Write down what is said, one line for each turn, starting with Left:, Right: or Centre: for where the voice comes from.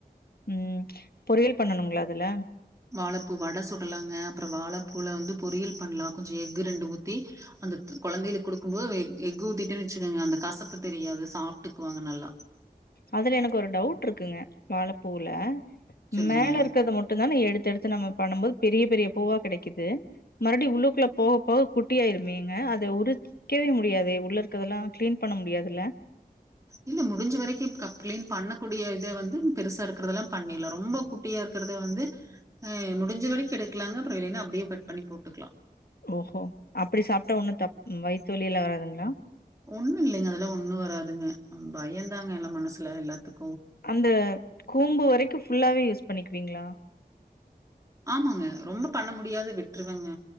Left: ம் பொறியல் பண்ணணும்ங்ளா அதுல
Right: வாழப்பூ வட சுடலாங்க அப்பறோ வாழப்பூல வந்து பொரியல் பண்லா கொஞ்சோ எக்கு ரெண்டு ஊத்தி அந்த கொழந்தைல்ளுக் குடுக்கும்போது எக் எக்கு ஊத்திட்டோன் வெச்சுக்கோங்க அந்த கசப்பு தெரியாது சாப்ட்டுக்வாங்க நல்லா
Left: அதுல எனக்கு ஒரு டவுட் ருக்குங்க வாழப்பூவுல
Right: சொல்லுங்க.
Left: மேல இருக்கற்த மட்டுந்தான எடு தெடுத்து நம்ம பண்ணும் போது பெரிய பெரிய பூவா கெடைக்குது மறுப்டி உள்ளூக்குள்ள போக போக குட்டியாயிருமேங்க அத உறிக்கவே முடியாதே உள்ள இருக்கதெல்லா க்ளீன் பண்ண முடியாதுல்ல
Right: இல்ல முடிஞ்ச வரைக்கி கப் க்ளீன் பண்ணக்கூடிய இத வந்து பெருசா இருக்கறதெல்லா பண்ணிலா ரொம்ப குட்டியா ருக் கறத வந்து ஆ முடிஞ்ச வரைக் எடுக்லாங்க அப்றோ இல்லேன்னா அப்டியே கட் பண்ணி போட்டுக்லா
Left: ஓஹோ அப்படி சாப்ட்டா ஒண்ணு தப் ம் வயித்வலில்லா வராதுங்ளா
Right: ஒண்ணு இல்லைங்க அதெல்லா ஒண்ணு வராதுங்க ம் பயந்தாங்க எல்லா மனசுல எல்லாத்துக்
Left: அந்த கூம்பு வரைக்கு ஃபுல்லாவே யூஸ் பண்ணிக்குவீங்ளா
Right: ஆமாங்க ரொம்ப பண்ண முடியாது விட்ருவேங்க